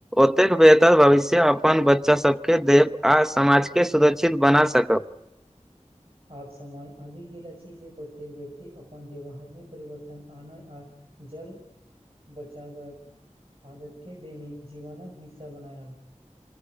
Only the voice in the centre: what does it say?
ओतेक बेहतर भविष्य अपन बच्चासबकेँ देबऽ आ समाजके सुरक्षित बना सकब।